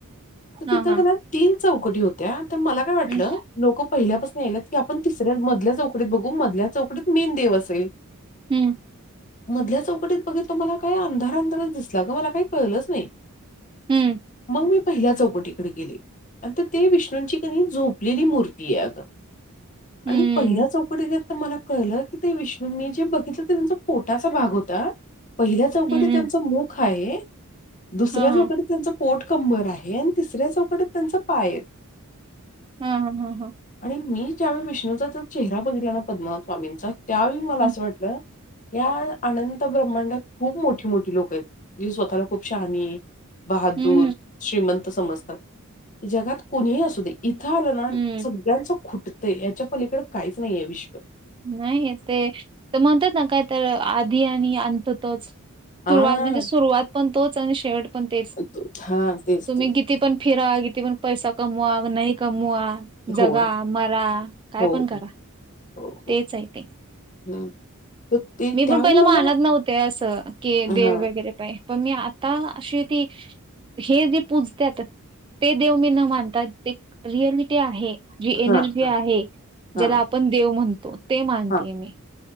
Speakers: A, on the left; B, on the right.
A: तर तिथ
B: हा हा
A: तीन चौकटी होत्या. तर मला काय वाटलं
B: हम्म
A: लोक पहिल्यापासून या की आपण तिसऱ्या मधल्या जाउ चकत बघू मधल्या चौकडीत मीन देव असेल.
B: हम्म.
A: मधल्या चौकटीत बघितलं मला काही अंधार अंधारच दिसला ग मला काही कळलंच नाही.
B: हम्म
A: मग मी पहिल्या चौकटीकडे गेले आणि ते विष्णूंची क झोपलेली मूर्ती आहे अगं. आणि
B: हम्म
A: पहिल्या चौकटी घेत तर मला कळलं की ते विष्णू मी जे बघितलं ते त्यांच पोटाचा भाग होता. पहिल्या चौकटीत
B: हम्म हम्म
A: त्यांच मुख आहे दुसऱ्या
B: हा हा
A: चौकटीत त्यांच पोट कंबर आहे आणि तिसऱ्या चौकटत त्यांचा पाय.
B: हा हा हा हा
A: आणि मी ज्यावेळी विष्णूचा चेहरा बघला ना पद्मनाभ स्वामींचा त्यावेळी मला
B: हा
A: असं वाटलं. या अनंत ब्रह्मांडात खूप मोठी मोठी लोकं आहेत, जी स्वतःला खूप शहानी बहादूर,
B: हम्म,
A: श्रीमंत समजतात जगात कोणीही असू दे. इथं आलं ना,
B: हम्म.
A: सगळ्यांचं खुटतंय याच्या पलीकडं काहीच नाही आहे विश्व
B: नाही ते तर म्हणतात ना काय तर आधी आणि अंत तोच
A: हां,
B: सुरुवात म्हणजे सुरुवात पण तोच आणि शेवट पण तेच,
A: तो हां, तेच,
B: तुम्ही
A: तेच.
B: किती पण फिरा किती पण पैसा कमवा नाही कमवा
A: होय.
B: जगा मरा काय
A: हो,
B: पण करा,
A: हो, हो, हो.
B: तेच आहे ते
A: हं. तर ते
B: मी
A: त्यावेळी
B: पण पहिला
A: मला
B: मानत नव्हते असं की
A: हां,
B: देव वगैरे काय. पण मी आता अशी ती हे जे पूजत्यात ते देव मी न मानता ते रिअलिटी आहे. जी एनर्जी
A: हां, हां,
B: आहे,
A: हां,
B: ज्याला आपण देव म्हणतो ते मानतेय
A: हां.
B: मी.